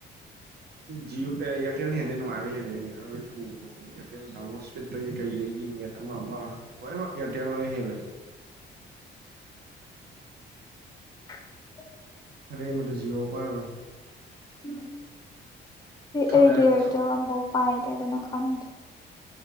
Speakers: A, on the right; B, on the left.
A: ꯖꯤꯑꯣ ꯑꯦꯔꯇꯦꯜꯅ ꯍꯦꯜꯂꯦ ꯅꯨꯡꯉꯥꯏꯕ ꯍꯦꯜꯂꯦ <unintelligible> ꯊꯨꯕ ꯏꯌꯥꯔꯇꯦꯜ ꯇꯥꯃꯣ ꯏꯁꯄꯤꯗꯒꯤ ꯀꯩꯗꯒꯤ ꯅꯦꯠ ꯑꯃꯥ ꯑꯃꯥ ꯂꯣꯏꯅꯃꯛ ꯏꯌꯥꯔꯇꯦꯜ ꯂꯣꯏꯅ ꯍꯦꯜꯂꯦ
B: <inaudible>
A: ꯑꯔꯦꯝꯕꯗ ꯖꯤꯌꯣ ꯄꯥꯏꯔ
B: ꯎꯝ
A: ꯈꯔ
B: ꯑꯩꯗꯤ
A: ꯂꯩꯔ
B: ꯑꯦꯌꯥꯔꯇꯦꯜ
A: ꯊ
B: ꯑꯃꯐꯥꯎ ꯄꯥꯏꯗꯦ ꯑꯗꯨꯅ ꯈꯪꯗꯦ